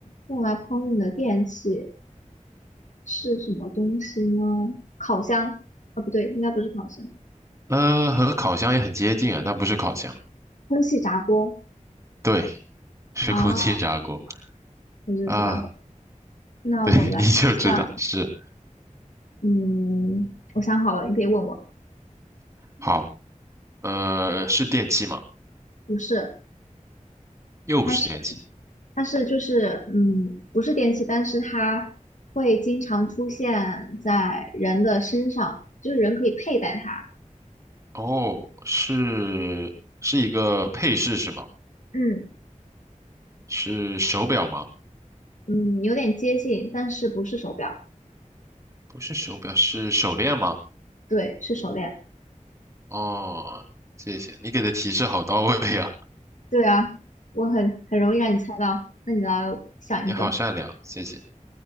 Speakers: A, on the left; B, on the right.
A: 用来烹饪的电器是什么东西呢？烤箱？啊，不对，应该不是烤箱，
B: 呃，和烤箱也很接近啊，但不是烤箱。
A: 空气炸锅
B: 对，是空气炸锅
A: 啊，我就知道。
B: 啊，
A: 那我来想，
B: 对，<laughs> 你就知道是
A: 嗯，我想好了，你可以问我。
B: 好，呃，是电器吗？
A: 不是，
B: 又不是电器，
A: 它是它是就是嗯，不是电器，但是它会经常出现在人的身上，就是人可以佩戴它。
B: 哦，是是一个配饰是吗？
A: 嗯
B: 是手表吗？
A: 嗯，有点接近，但是不是手表，
B: 不是手表，是手链吗？
A: 对，是手链。
B: 哦，谢谢，你给的提示好到位呀，
A: 对啊，我很很容易让你猜到。那你来想一个，
B: 你好善良，谢谢。